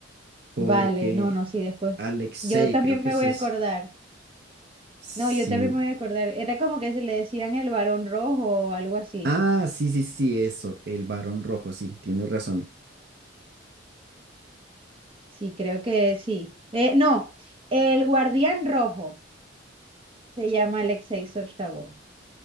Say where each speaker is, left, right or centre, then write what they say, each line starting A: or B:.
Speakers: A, on the right; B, on the right.
A: porque
B: Vale, no, no, sí, después.
A: Alexei,
B: Yo también
A: creo que
B: me
A: es
B: voy
A: eso.
B: a acordar.
A: Sí.
B: No, yo también me voy a acordar. Era como que se le decían el varón rojo o algo así.
A: Ah, sí, sí, sí, eso, el varón rojo, sí, tienes razón.
B: Sí, creo que sí. Eh, no, el Guardián Rojo se llama Alexei Sojtabov.